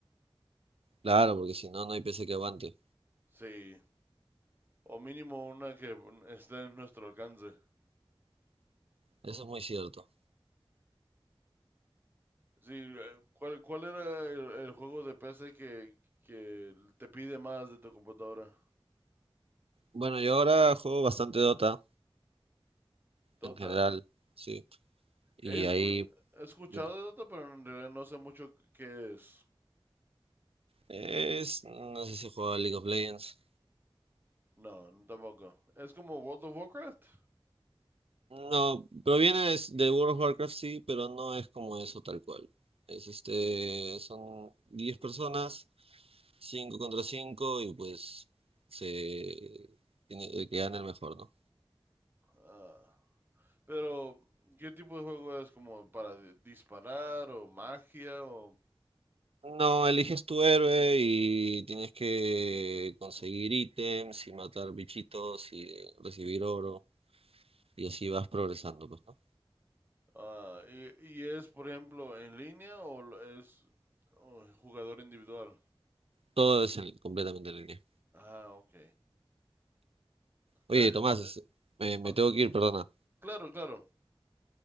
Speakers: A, on the right; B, on the right.
A: Claro, porque si no, no hay PC que aguante.
B: Sí, o mínimo una que esté en nuestro alcance.
A: Eso es muy cierto.
B: Sí, eh, ¿cuál, cuál era el, el juego de PC que, que te pide más de tu computadora?
A: Bueno, yo ahora juego bastante Dota
B: Dota.
A: en general, sí. Y
B: He, escu-
A: ahí,
B: he escuchado
A: dime.
B: de Dota, pero en realidad no sé mucho qué es.
A: Es, no sé si juega League of Legends.
B: No, tampoco. Es como World of Warcraft.
A: No, proviene es de World of Warcraft, sí, pero no es como eso tal cual. Es este, son 10 personas, 5 contra 5 y pues se tiene- el que gana el mejor, ¿no?
B: Ah. Pero, ¿qué tipo de juego es? ¿Como para di- disparar o magia? O,
A: No, eliges tu héroe y tienes que conseguir ítems y matar bichitos y recibir oro y así vas progresando, pues, ¿no?
B: ah, y, y es, por ejemplo, en línea o lo- es oh, jugador individual?
A: Todo es en- completamente en línea.
B: Ah, ok.
A: Oye,
B: Eh,
A: Tomás, es- me, me
B: pa-
A: tengo que ir, perdona.
B: claro, claro.